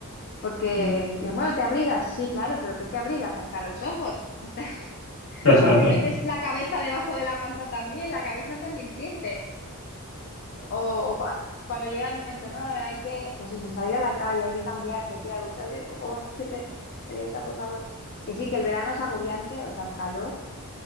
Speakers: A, on the left; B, on the left.
A: Porque
B: Mm,
A: dicen,
B: ya.
A: bueno, ¿te abrigas? Sí, claro, pero ¿qué te abrigas? Hasta los ojos, hasta <laughs>
B: <laughs>
A: te metes la cabeza debajo de la manta también, la cabeza también siente. O, o cua- cuando llega el momento, no, hay que, pues eso, salir a la calle, hay que cambiarse, hay que ir a ducharse, y como, ay, qué pereza, por favor. Que sí, que el verano es agobiante, o sea, el calor,